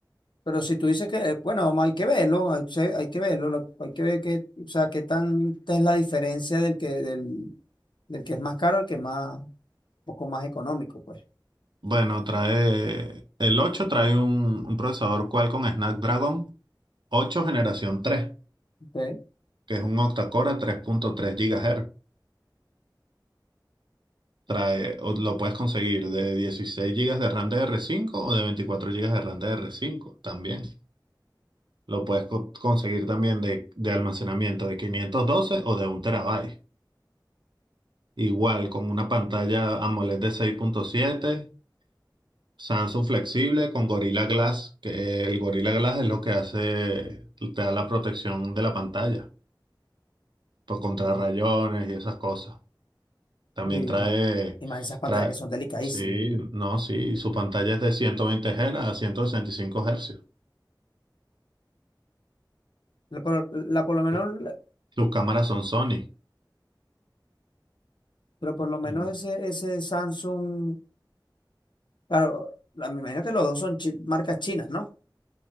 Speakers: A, on the left; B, on the right.
A: pero si tú dices que, eh, bueno, vamos, hay que verlo, hay, se- hay que verlo, lo- hay que ver qué, o sea, qué tanta es la diferencia del que, del, del que es más caro al que es más, un poco más económico, pues.
B: Bueno, trae. El 8 trae un, un procesador Qualcomm Snapdragon 8 generación 3
A: ¿ok?
B: que es un octa-core a 3.3 GHz. trae, o lo puedes conseguir de 16 gigas de RAM de r 5 o de 24 gigas de RAM de r 5 también. Lo puedes co- conseguir también de, de almacenamiento de 512 o de un terabyte Igual con una pantalla AMOLED de seis punto siete Samsung flexible con Gorilla Glass, que el Gorilla Glass es lo que hace, te da la protección de la pantalla por contra rayones y esas cosas. También
A: Y
B: trae,
A: más, y más esas pantallas
B: trae,
A: que son delicadísimas.
B: sí, no, sí, su pantalla es de 120 Hz a 165 Hz.
A: La, por, la por lo menos,
B: Su-
A: la-
B: Sus cámaras son Sony.
A: pero por lo menos
B: Y,
A: ese, ese Samsung. Claro, la- me imagino que los dos son chi- marcas chinas, ¿no?